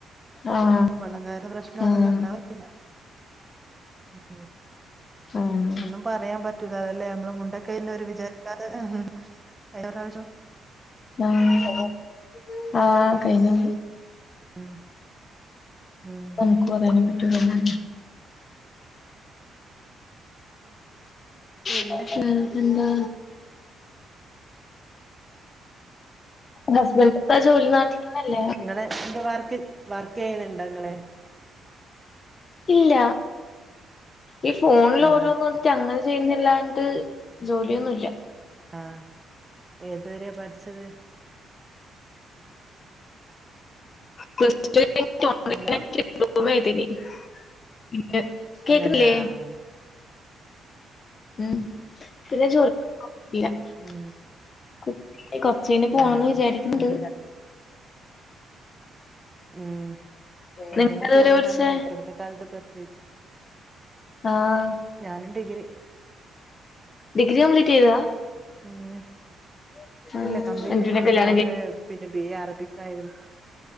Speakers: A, on the left (about 45°); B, on the right (about 20°).
A: ആഹ്
B: വള്ളം കാരന് പ്രശ്നം
A: ആഹ്
B: അതൊന്നും ഉണ്ടാവില്ല ഉം.
A: ആഹാ.
B: ഒന്നും പറയാൻ പറ്റൂല്ല അതല്ലേ, നമ്മള് മുണ്ടക്കയന്നെ ഒരു വിചാരിക്കാതെ വേറെരു.
A: ആഹ് കഴിഞ്ഞു ആഹ് കഴിഞ്ഞു
B: ആഹ് ആഹ്
A: നമുക്ക് പറയാനും പറ്റൂലല്ലോ
B: പിന്നെ
A: ക്ഷേ ഇതെന്താ ഹസ്ബൻഡ് എന്താ ജോലി നാട്ടിലന്നല്ലേ
B: ഇങ്ങള് ത് വർക്ക് വർക്ക് ചെയ്യ്ന്നുണ്ടോ ഇങ്ങള്
A: ഇല്ല ഈ ഫോണിൽ ഓരോന്ന്
B: ആ
A: നോക്കി അങ്ങനെ ചെയ്യുന്നല്ലാണ്ട് ജോലിയൊന്നുല്ല
B: ആഹ് ഏത് വരെ പഠിച്ചത്
A: പ്ലസ് ടു കഴിഞ്ഞ് ഓൺലൈനായിട്ട്
B: ഹലോ
A: ഡിപ്ലോമ ചെയ്തീനി പിന്നെ കേക്കുന്നില്ലേ
B: അങ്ങനെ ആഹ് ആഹ്
A: ഉം പിന്നെ ജോലിക്കൊന്നും <unintelligible>
B: ഉം
A: <unintelligible> കൊറച്ച് കഴിഞ്ഞ് പോണംന്ന്
B: ആ
A: വിചാരിക്ക്ന്ന്ണ്ട്
B: ഉം ഉം
A: നിങ്ങളേതുവരെ
B: എന്തെങ്കിലും ജോലി
A: പഠിച്ചേ
B: നല്ലതാ ഇപ്പഴത്തെ കാലത്ത് പ്രത്യേകിച്ച്
A: ആഹ്
B: ഞാനും ഡിഗ്രി
A: ഡിഗ്രി കംപ്ലീറ്റ് ചെയ്തതാ
B: പിന്നെ
A: പിന്നെ ആഹ്
B: ഇല്ല കംപ്ലീറ്റ്
A: അഞ്ചു
B: ചെയ്തിട്ടില്ല
A: കല്യാണം
B: നമ്മള്
A: കഴി
B: പിന്നെ ബി എ അറബിക്കായിരുന്നു